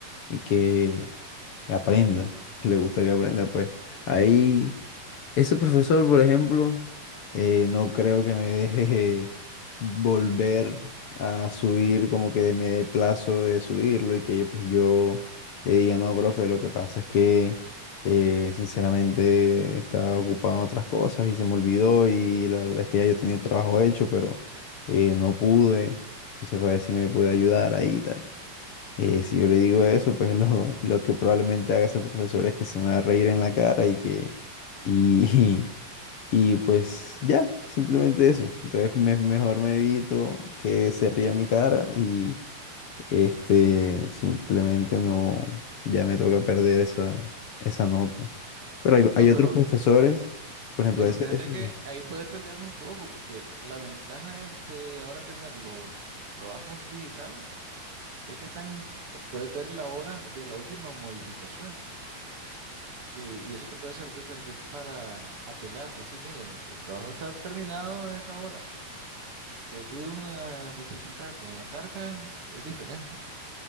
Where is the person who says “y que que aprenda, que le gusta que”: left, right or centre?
Left